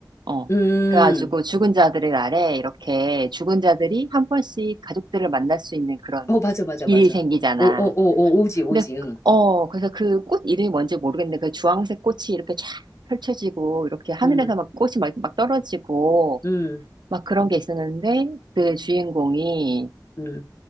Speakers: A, on the right; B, on the left.
A: 어.
B: 음,
A: 그래가지고 죽은 자들의 날에 이렇게 죽은 자들이 한 번씩 가족들을 만날 수 있는 그런
B: 어, 맞아, 맞아,
A: 길이
B: 맞아.
A: 생기잖아.
B: 오, 오, 오, 오, 오지, 오지,
A: 근데,
B: 응.
A: 어, 그래서 그 꽃 이름이 뭔지 모르겠는데 그 주황색 꽃이 이렇게 쫙 펼쳐지고 이렇게 하늘에서
B: 응,
A: 막 꽃이 막, 막 떨어지고
B: 응,
A: 막 그런 게 있었는데 그 주인공이
B: 응.